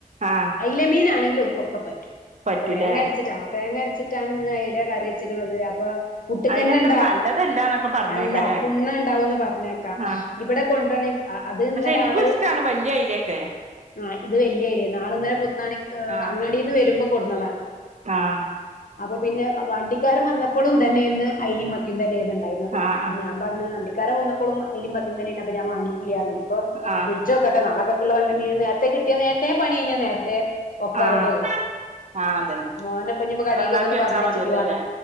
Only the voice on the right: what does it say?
ആഹ്
പറ്റൂലേ
അയിലത്ര നല്ലതല്ലാന്നൊക്കെ പറഞ്ഞേക്കാലേ
ആഹ്
പക്ഷെ ഇൻക്കും
ഇഷ്ടാണ് വല്യ അയിലൊക്കെ
ആഹ്
ആഹ്
ആഹ് ആഹ്
ആഹ്
ആഹ്
ആഹ് അതന്നെ
നന്നാക്കി
വെച്ചാ
മതിയല്ലോല്ലേ